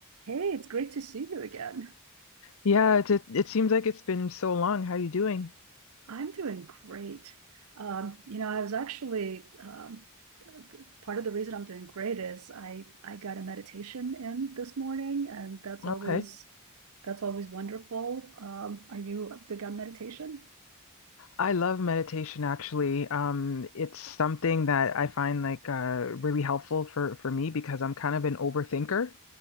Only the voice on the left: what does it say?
Yeah, it, it it seems like it's been so long. How you doing?
Okay.
I love meditation actually. Um, it's something that I find like uh really helpful for for me because I'm kind of an overthinker.